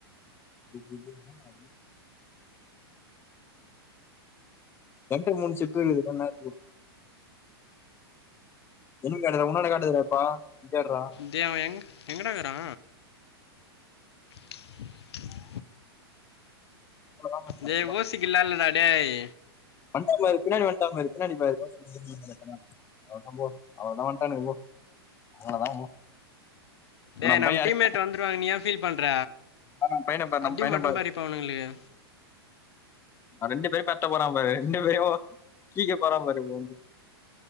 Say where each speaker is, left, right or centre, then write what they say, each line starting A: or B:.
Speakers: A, on the left (about 15°); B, on the left (about 80°).
A: <unintelligible> என்ட மூனு சிப்பு இருக்குது வேணுனா எடுத்துக்கோ என்னுக்கு காட்டுது உன்னாட காட்டுதுறா இப்போ தேடுறா
B: டேய் அவ எங்க எங்கடாருக்கிறா <unintelligible>
A: அவ்வளவுதான் மச்சான்
B: டேய் ஓசி கிள்ள இல்லடா டேய்
A: வண்ட்டா பாரு பின்னாடி வண்ட்டா பாரு பின்னாடி பாரு <unintelligible> அவ்ளதா போ அவ்ளதா வட்டானுங்க போ அவ்ளதா போ இப்ப
B: டே நம்ம
A: பையன்
B: டீம்மேட்
A: அடி-
B: வந்துருவாங்க நீயா ஃபீல் பண்ற
A: ஆ, நம்ம பையனை பாரு நம்ம
B: அடி
A: பையனை
B: மட்டு பாரு அவனுங்களுக்கு
A: ரெண்டு பேரு பெர்ட போறா பாரு ரெண்டு பேரு கீ்க்க போறா பாரு இப்ப வந்து